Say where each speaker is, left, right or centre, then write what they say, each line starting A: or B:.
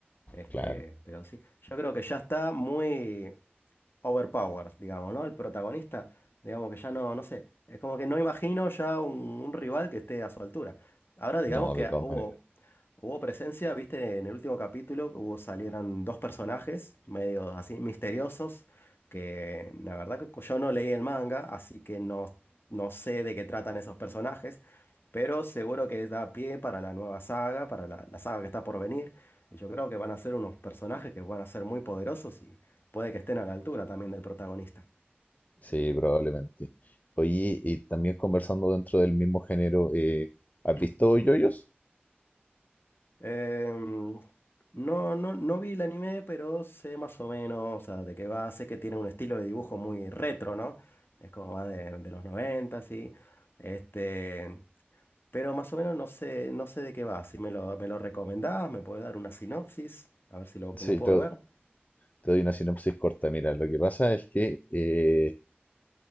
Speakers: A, on the left; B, on the left.
A: Este,
B: claro,
A: pero sí, yo creo que ya está muy, overpowered, digamos, ¿no? El protagonista, digamos que ya no, no sé, es como que no imagino ya un, un rival que esté a su altura. Ahora digamos
B: no,
A: que
B: de todas
A: hubo,
B: maneras,
A: hubo presencia, viste, en el último capítulo hubo, salieron dos personajes medio así misteriosos, que la verdad que yo no leí el manga, así que no, no sé de qué tratan esos personajes, pero seguro que da pie para la nueva saga, para la, la saga que está por venir. Y yo creo que van a ser unos personajes que van a ser muy poderosos puede que estén a la altura también del protagonista.
B: sí, probablemente. Oye, y también conversando dentro del mismo género, eh, ¿has visto
A: <clears throat>
B: JoJo's?
A: Em, no, no, no vi el anime, pero sé más o menos, o sea, de qué va, sé que tiene un estilo de dibujo muy retro, ¿no? Es como más de, de los 90 sí. Este, pero más o menos no sé, no sé de qué va. Si me lo, me lo recomendás, me puedes dar una sinopsis, a ver si lo, me
B: Sí,
A: lo puedo
B: te,
A: ver.
B: Te doy una sinopsis corta. Mira, lo que pasa es que, eh,